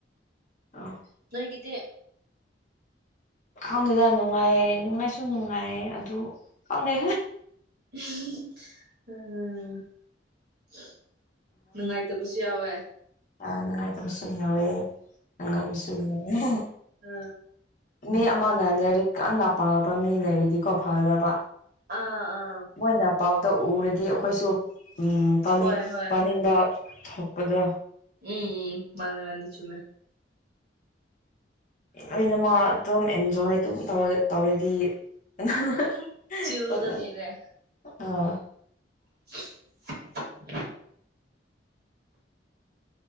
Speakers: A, on the left; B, on the right.
A: ꯑꯥ
B: ꯅꯣꯏꯒꯤꯗꯤ
A: ꯈꯪꯗꯦꯗ ꯅꯨꯡꯉꯥꯏꯌꯦ ꯅꯨꯡꯉꯥꯏꯁꯨ ꯅꯨꯡꯉꯥꯏꯌꯦ ꯑꯗꯨ ꯈꯪꯗꯦ
B: <unintelligible> ꯅꯨꯡꯉꯥꯏꯇꯕꯁꯨ ꯌꯥꯎꯋꯦ
A: ꯑ ꯅꯨꯡꯉꯥꯏꯇꯕꯁꯨ ꯌꯥꯎꯋꯦ ꯅꯨꯡꯉꯥꯏꯕꯁꯨ ꯌꯥꯎꯋꯦ
B: ꯑ
A: ꯃꯤ ꯑꯃꯅ ꯂꯥꯏꯔꯤꯛ ꯀꯟꯅ ꯄꯥꯕ ꯃꯤ ꯂꯩꯔꯤꯗꯤꯀꯣ ꯐꯒꯗꯕ
B: ꯑꯥ ꯑꯥ
A: ꯃꯣꯏꯅ ꯄꯥꯕꯗꯣ ꯎꯔꯗꯤ ꯑꯈꯣꯏꯁꯨ ꯎꯝ ꯄꯥꯅꯤꯡ
B: ꯍꯣꯏ ꯍꯣꯏ
A: ꯄꯥꯅꯤꯡꯕ ꯊꯣꯛꯄꯗ
B: ꯎꯝ ꯎꯝ ꯃꯥꯅꯦ ꯃꯥꯅꯦ ꯆꯨꯝꯃꯦ
A: ꯑꯩꯅ ꯃꯥ ꯗꯣꯝ ꯑꯦꯟꯖꯣꯏ ꯑꯗꯨꯝ ꯇꯧꯋꯦ ꯇꯧꯔꯗꯤ ꯅꯅꯥ
B: ꯆꯤꯜꯗ
A: ꯇꯣꯠꯅꯩ
B: ꯂꯩꯔꯦ
A: ꯑꯥ
B: <inaudible>